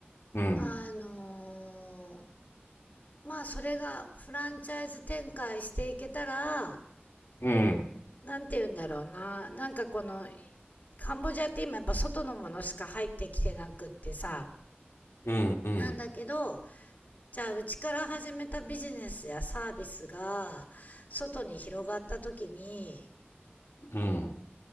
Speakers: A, on the left (about 85°); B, on the left (about 40°).
A: うんうん
B: あのーまあそれがフランチャイズ展開していけたら
A: うん
B: なんて言うんだろうななんかこのカンボジアって今やっぱ外のものしか入ってきてなくってさ
A: うんうんうんうん
B: なんだけどじゃあうちから始めたビジネスやサービスが外に広がった時に
A: うんうんうんうんうんうん